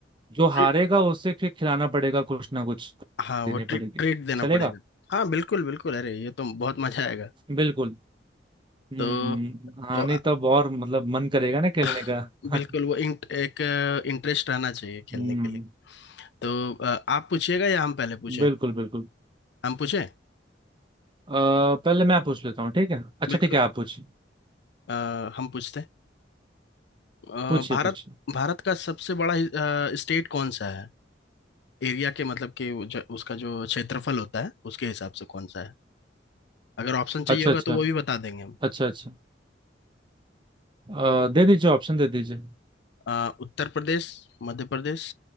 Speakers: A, on the right; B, on the left.
A: जो हारेगा
B: ट्रीट
A: उसे फिर खिलाना पड़ेगा कुछ ना कुछ
B: हाँ वो
A: देने
B: ट्रीट
A: पड़ेगी
B: ट्रीट देना
A: चलेगा
B: पड़ेगा हाँ बिल्कुल बिल्कुल अरे ये तो बहुत मजा आएगा
A: बिल्कुल हम्म
B: तो
A: हाँ
B: तो अ,
A: नहीं तब और मतलब मन करेगा ना खेलने
B: <laughs>
A: का
B: बिल्कुल
A: <laughs>
B: वो इंट, एक इंटरेस्ट रहना चाहिए खेलने
A: हम्म
B: के लिए तो अ, आप पूछिएगा या हम पहले पूछें
A: बिल्कुल बिल्कुल
B: हम पूछें
A: अ, पहले मैं पूछ लेता हूँ ठीक है अच्छा
B: बिल्कुल
A: ठीक है आप पूछिए
B: अ, हम पूछते हैं अ,
A: पूछिए
B: भारत
A: पूछिए
B: भारत का सबसे बड़ा स्टेट कौन सा है एरिया के मतलब कि वो जो- उसका जो क्षेत्रफल होता है उसके हिसाब से कौन सा है अगर ऑप्शन चाहिए
A: अच्छा
B: होगा
A: अच्छा
B: तो वो भी बता देंगे हम
A: अच्छा अच्छा अ, दे दीजिए ऑप्शन दे दीजिए
B: अ, उत्तर प्रदेश मध्य प्रदेश